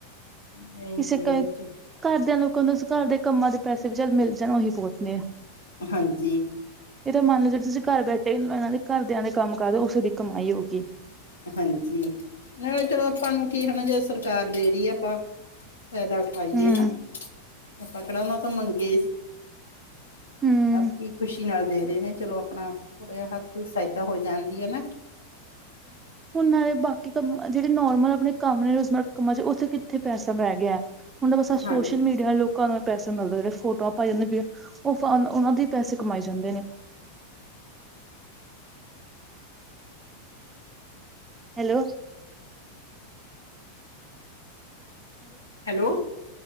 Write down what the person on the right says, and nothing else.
ਕਿਸੇ
ਕ
ਘਰਦਿਆਂ ਲੋਕਾਂ ਨੂੰਸੀਂ ਘਰ ਦੇ ਕੰਮਾਂ ਦੇ ਪੈਸੇ ਵੀ ਚੱਲ ਮਿਲ ਜਾਣ ਉਹੀ ਬਹੁਤ ਆ
ਇਹ ਤਾਂ ਮੰਨ ਲਓ ਜਿਹੜੇ ਤੁਸੀਂ ਘਰ ਬੈਠੇ ਇਹਨਾਂ ਦੇ ਘਰਦਿਆਂ ਦੇ ਕੰਮ ਕਰ ਦੋ ਉਸੇ ਦੀ ਕਮਾਈ ਹੋਊਗੀ
ਹੂੰ
ਹੂੰ
ਉਹ ਨਾਲੇ ਬਾਕੀ ਕੰਮ ਜਿਹੜੇ ਨੋਰਮਲ ਆਪਣੇ ਕੰਮ ਨੇ ਰੋਜ਼ਮਾਰ ਕੰਮ ਚ ਉੱਥੇ ਕਿੱਥੇ ਪੈਸਾ ਬੈ ਗਿਆ, ਹੁਣ ਤਾਂ ਬਸ
ਸੋਸ਼ਲ ਮੀਡੀਆ ਲੋਕ ਲੋਕਾਂ ਨੂੰ ਇਹ ਪੈਸੇ ਮਿਲਦੇ ਜਿਹੜੇ ਫੋਟੋਆਂ ਪਾਈ ਜਾਂਦੇ ਉਹ ਫ ਉਹਨਾਂ ਦੀ ਪੈਸੇ ਕਮਾਈ ਜਾਂਦੇ ਨੇ ਹੈਲੋ